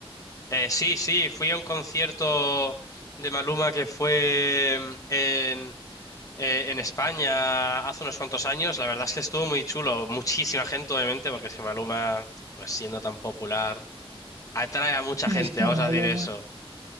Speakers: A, on the left; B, on the right.
A: Eh, sí, sí, fui a un concierto de Maluma que fue mm, en, eh, en España hace unos cuantos años. La verdad es que estuvo muy chulo. Muchísima gente, obviamente, porque si Maluma, pues siendo tan popular, atrae a mucha
B: Sí,
A: gente,
B: es que
A: vamos
B: Maluma,
A: a decir eso.